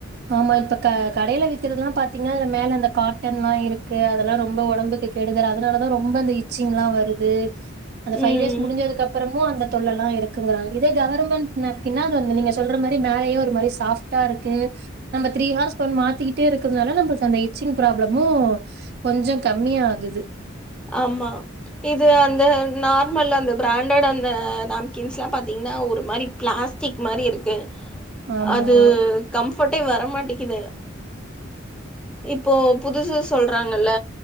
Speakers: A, on the right; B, in the centre.
A: ஆமா இப்ப க கடைல விக் இருக்குறதெல்லா பாத்தீங்கன்னா அதுல மேல அந்த காட்டன் எல்லா இருக்கு அதெல்லா ரொம்ப ஒடம்புக்கு கெடுதல் அதனாலதா ரொம்ப அந்த இச்சிங் எல்லா வருது அந்த ஃபைவ்
B: ம்
A: டேஸ் முடுஞ்சதுக்குப்புறமு அந்த தொல்லல்லா இருக்குங்குறாங்க இதே கவர்மெண்ட் நேப்கின்னா அது வந்து நீங்க சொல்ற மாரி மேலயே ஒரு மாரி சாஃப்ட்டா இருக்கு நம்ம த்ரீ ஹவர் ஒண்ண மாத்திக்கிட்டே இருக்குறனால நம்மளுக்கு அந்த இச்சிங் பிராபுளமு கொஞ்சோ கம்மியா ஆகுது
B: ஆமா இது அந்த நார்மல் அந்த பிரேண்டட் அந்த நேப்கின்ஸ்லா பாத்தீங்கன்னா ஒரு மாரி பிளாஸ்டிக் மாரி இருக்கு
A: ஆமா
B: அது கம்ஃபர்ட்டே வரமாட்டேக்குது இப்போ புதுசு சொல்றாங்கல்ல